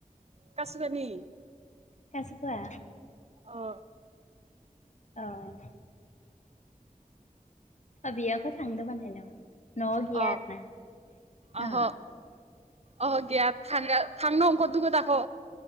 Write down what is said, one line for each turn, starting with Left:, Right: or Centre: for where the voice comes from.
Right: कासुगानि
Left: कासुगा
Right: ओ
Left: औ बेयाखौ थांदों बानाय ना गैया
Right: अ
Left: आरोना दङ
Right: अह अह गैया थां थांनो अंखर दङो दाख'